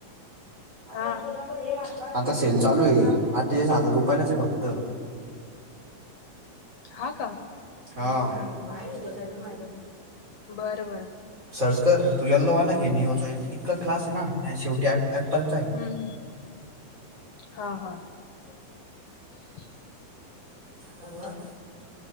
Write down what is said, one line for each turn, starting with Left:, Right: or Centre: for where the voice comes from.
Right: आपण
Left: हा
Right: कोणा हे वा आता सेल चालू आहे अठ्ठेचाळीस हजार रुपयालाचे फक्त
Left: हा का
Right: ग बाहेर गोसाय मा
Left: बरं बरं
Right: सर्च कर तू यल्लो आला घे निओचा इतका क्लास आहे ना शेवटी ॲप एप्पल चा
Left: हम्म हा हा <unintelligible>
Right: ह